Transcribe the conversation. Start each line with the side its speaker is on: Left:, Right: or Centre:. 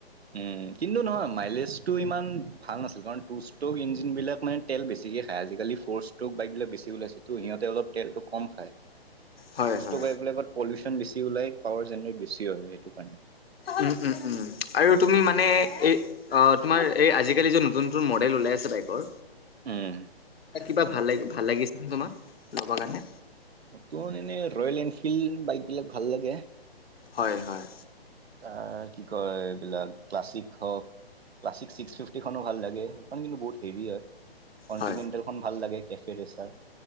Right: উম কিন্তু নহয় মাইলেজটো ইমান ভাল নাছিল কাৰণ টু ষ্ট্ৰক ইঞ্জিনবিলাক মানে তেল বেছিকে খায় আজিকালি ফৌৰ ষ্টক বাইক বিলাক বেছিক ওলাইছেটো সিহঁতে অলপ তেলটো কম খায়।
Left: হয়
Right: টো
Left: হয়
Right: ষ্টক বাইক বিলাকত পলিউচন বেছি ওলাই পাৱাৰ জেনেৰেট বেচি হয় সেইটো কাৰণে
Left: উম, উম, উম, আৰু তুমি মানে এই অ, তোমাৰ এই আজিকালি যে নতুন, নতুন মডেল ওলাই আ বাইকৰ
Right: উম
Left: কিবা ভাল ল ভাল লাগিছে ন তোমাক ল'ব কাৰণে
Right: নতুন এনে ৰয়েল এনফিল্ড বাইক বিলাক ভাল লাগে।
Left: হয়, হয়।
Right: ত, কি কয় এইবিলাক ক্লাছিক হওক। ক্লাছিক ছিক্স ফিফটিখনো ভাল লাগে। সেইখন কিন্তু বহুত হেভি হয়। কণ্টিনেণ্টেলখন
Left: হয়
Right: ভাল লাগে, কেফে ৰেচাৰ।